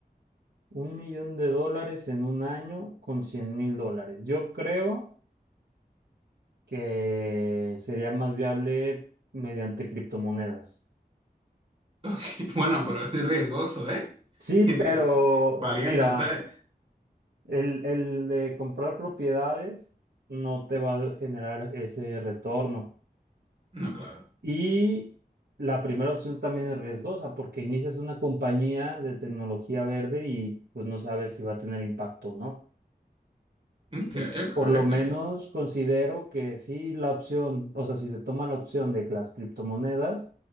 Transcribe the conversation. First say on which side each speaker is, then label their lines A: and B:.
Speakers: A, on the right (about 85°); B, on the right (about 30°).
A: un millón de dólares en un año con cien mil dólares. Yo creo que sería más viable mediante criptomonedas.
B: Ok, Bueno, pero es riesgoso, ¿eh?
A: Sí,
B: <laughs>
A: pero
B: Valiente
A: mira.
B: usted.
A: El, el de comprar propiedades no te va a generar ese retorno.
B: No, claro.
A: Y la primera opción también es riesgosa porque inicias una compañía de tecnología verde y pues no sabes si va a tener impacto o no
B: Ok,
A: mm,
B: ok,
A: Por
B: ok.
A: lo menos considero que sí la opción, o sea, si se toma la opción de que las criptomonedas,